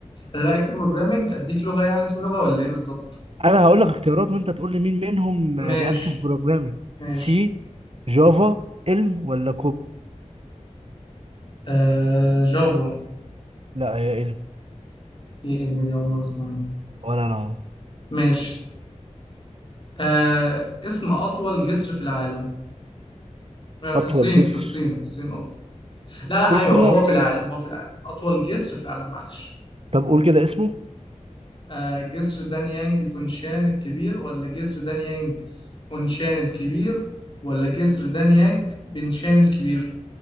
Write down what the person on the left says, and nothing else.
الرياكت بروجرامنج اديك لغة يعني اسم لغة ولا ايه بالظبط
ماشي
ماشي
آه جافا
ايه ابني دي أول مرة اسمع عنه
ماشي آه اسم أطول جسر في العالم آه
في الصين
في الصين في الصين قصدي لا لا
ايوه
هو في العالم هو في العالم أطول جسر في العالم معلش
آه جسر دانيانج كونشان الكبير ولا جسر دانيانج اونشان الكبير ولا جسر دانيانج بنشان الكبير